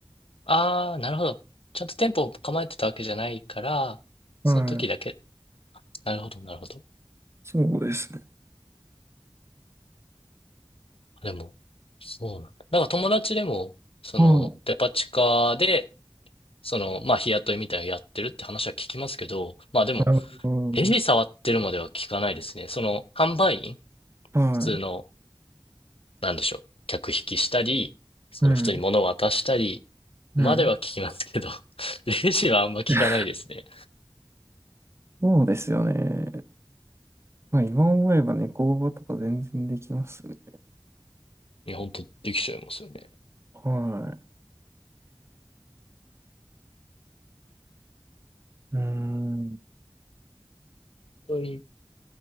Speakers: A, on the left (about 85°); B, on the right (about 30°).
A: ああ、なるほど。ちゃんと店舗を構えてたわけじゃないから、その時だけ。
B: うんはい。
A: なるほど、なるほど。
B: そうですね。
A: あでも、そうなんだ。なんか友達でも、その、
B: はい
A: デパ地下で、その、まあ、日雇いみたいなのやってるって話は聞きますけど、まあでも、
B: なるほ
A: レジ触ってるまでは聞かないですね。その、販売員、
B: ど。はい。
A: 普通の、なんでしょう、客引きしたり、その、
B: うん。
A: 普通に物を渡したり、
B: うん。
A: までは聞きますけど、<laughs> レジはあんま聞かないですね。
B: <laughs> そうですよね。まあ今思えば猫バとか全然できますね。
A: いや、本当できちゃいますよね。
B: はい。うーん。
A: 本当に